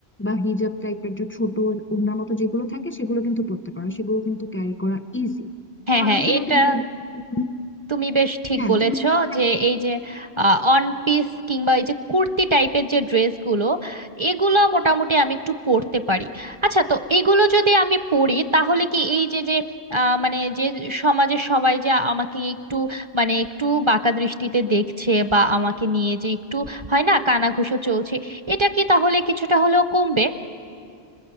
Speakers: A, on the left; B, on the right.
A: বা হিজাব টাইপের যে ছোট ওড়না মতো যেগুলো থাকে সেগুলো কিন্তু পরতে পারো সেগুলো কিন্তু ক্যারি করা ইজি
B: হ্যাঁ
A: তো
B: হ্যাঁ
A: আমি তোমাকে
B: এটা
A: বলবো যে তুমি-
B: তুমি বেশ ঠিক
A: হ্যাঁ
B: বলেছ
A: তুমি কিন্তু চাইলে
B: যে এই যে অন পিস কিংবা এই যে কুর্তি টাইপের যে ড্রেসগুলো এগুলো মোটামুটি আমি একটু পরতে পারি আচ্ছা তো এগুলো যদি আমি পরি তাহলে কি এই যে যে আহ, মানে যে সমাজে সবাই যে আমাকে একটু মানে একটু বাঁকা দৃষ্টিতে দেখছে বা আমাকে নিয়ে যে একটু হয় না কানাঘুষো চলছে এটা কি তাহলে কিছুটা হলেও কমবে